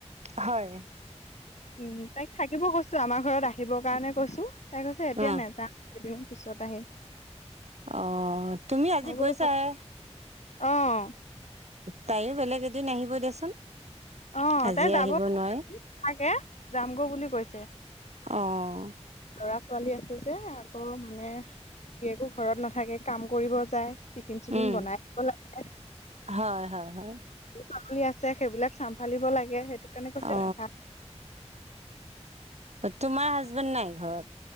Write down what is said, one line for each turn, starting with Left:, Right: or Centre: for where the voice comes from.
Right: হয়।
Left: উম, তাইক থাকিব কৈছো আমাৰ ঘৰত আহিবৰ কাৰণে কৈছো, তাই কৈছে এতিয়া
Right: অ
Left: নেযা কেইদিনমান পিছত আহিম।
Right: অ, তুমি আজি
Left: মই বোলো
Right: গৈছাই।
Left: অ',
Right: তাইও বেলেগ এদিন আহিব দেচোন।
Left: অ,
Right: আজি
Left: তাই যাব
Right: আহিব নোৱাৰে
Left: চাগে যামগৈ বুলি কৈছে।
Right: অ',
Left: ল'ৰা-ছোৱালী আছে যে আকৌ মানে গিয়েকো ঘৰত নাথাকে কাম কৰিব যায়। টিফিন চিফিন
Right: উম
Left: বনাই <unintelligible> লাগে।
Right: হয়, হয়, হয়।
Left: ছাগলী আছে সেইবিলাক চাম্ভালিব লাগে সেইটো কাৰণে কৈছে
Right: অ
Left: নাথাক
Right: অ তোমাৰ হাজবেণ্ড নাই ঘৰত?